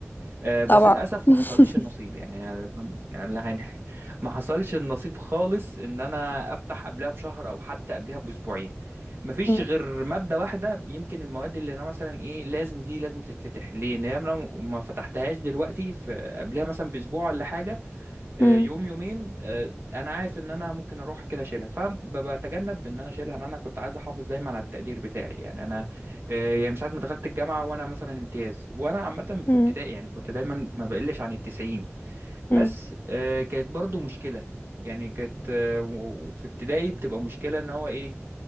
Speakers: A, on the right; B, on the left.
A: آه، بس
B: طبعا
A: للاسف
B: <laughs>
A: ما حصليش النصيب يعني أنا الحم- لا يعني <laughs> ما حصلش النصيب خالص ان انا افتح قبلها بشهر او حتى قبلها باسبوعين ما فيش
B: مم.
A: غير ماده واحده يمكن المواد اللي انا مثلا ايه لازم دي لازم تتفتح ليه ان هي لو ما فتحتهاش دلوقتي في قبلها مثلا باسبوع ولا حاجه آه،
B: مم.
A: يوم يومين آه، انا عارف ان انا ممكن اروح كده اشيلها فبتجنب ان انا اشيلها ان انا كنت عايز احافظ دايما على التقدير بتاعي يعني انا آه، يعني من ساعه ما دخلت الجامعه وانا مثلا امتياز وانا عامه
B: مم.
A: في ابتدائي يعني كنت دايما ما بقلش عن التسعين بس
B: مم.
A: آه، كانت برضو مشكله يعني كانت آه، و- وفي ابتدائي بتبقى مشكله ان هو ايه